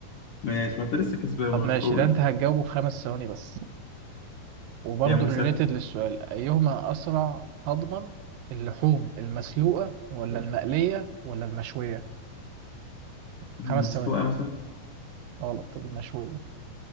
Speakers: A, on the left; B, on the right.
A: ماشي ما انت لسه كسبان
B: طب
A: برضه
B: ماشي
A: قول
B: ده أنت هتجاوبه في خمس ثواني بس وبرضه
A: يا موسى
B: ريليتد للسؤال أيهما أسرع هضما اللحوم المسلوقة ولا المقلية ولا المشوية
A: المسلوقه
B: خمس ثواني
A: مثلا
B: غلط المشوية